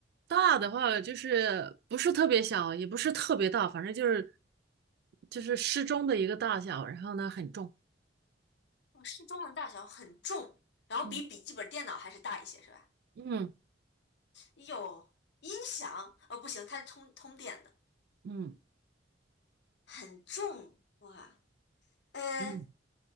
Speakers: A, on the right; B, on the left.
A: 大的话，就是不是特别小，也不是特别大，反正就是就是适中的一个大小，然后呢，很重，
B: 哦，适中的大小很重，然后比笔记本电脑还是大一些，
A: 嗯
B: 是吧？
A: 嗯
B: 有音响？哦，不行，它是通通电的，
A: 嗯。
B: 很重哇。呃，
A: 嗯，